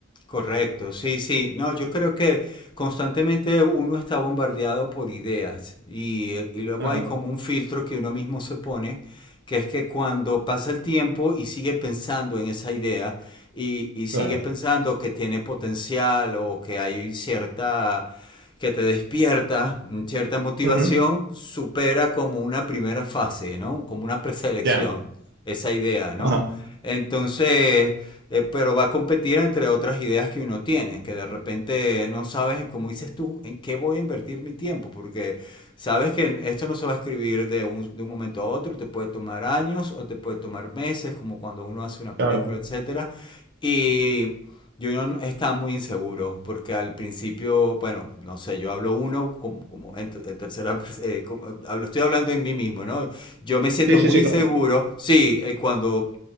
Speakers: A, on the left; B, on the right.
A: Correcto, sí, sí. No, yo creo que constantemente uno está bombardeado por ideas y, eh, y luego
B: Ajá,
A: hay como un filtro que uno mismo se pone, que es que cuando pasa el tiempo y sigue pensando en esa idea y, y sigue
B: claro.
A: pensando que tiene potencial o que hay cierta, que te despierta mm, cierta motivación,
B: Ujú.
A: supera como una primera fase, ¿no? Como una preselección,
B: Ya,
A: esa idea, ¿no?
B: Ajá.
A: Entonces, eh, pero va a competir entre otras ideas que uno tiene, que de repente no sabes, como dices tú, en qué voy a invertir mi tiempo, porque sabes que esto no se va a escribir de un, de un momento a otro, te puede tomar años o te puede tomar meses, como cuando uno hace una
B: claro.
A: película, etcétera, y... yo no está muy inseguro, porque al principio, bueno, no sé, yo hablo uno como, como en, te- en tercera, pers- eh, como- hablo, estoy hablando en mí mismo, ¿no? Yo me siento
B: Sí, sí,
A: muy
B: sí,
A: inseguro,
B: claro.
A: sí, eh, cuando